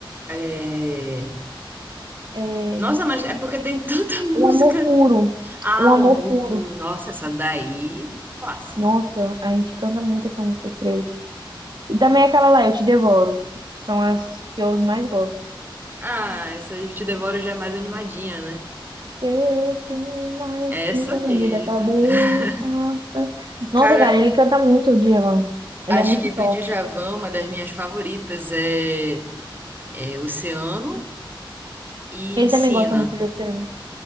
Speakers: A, on the right (about 25°); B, on the right (about 60°).
A: É...
B: É...
A: Nossa, mas é porque tem tanta <laughs> música.
B: Um Amor Puro,
A: Ah,
B: Um Amor
A: o amor
B: Puro.
A: puro. Nossa, essa daí. Clássica.
B: Nossa, a gente canta muito essa música pra ele. E também é aquela lá, Eu Te Devoro. São as que eu mais gosto.
A: Ah, essa Eu Te Devoro já é mais animadinha, né?
B: Teus sinais
A: Essa
B: me confundem
A: mesmo.
B: da cabeça.
A: <laughs>
B: Nossa,
A: Cara,
B: cara, ele canta muito o Djavan. Ele
A: acho
B: é muito
A: que do
B: top.
A: Djavan, uma das minhas favoritas é, é Oceano. e
B: Ele
A: ensina.
B: também gosta muito de Oceano.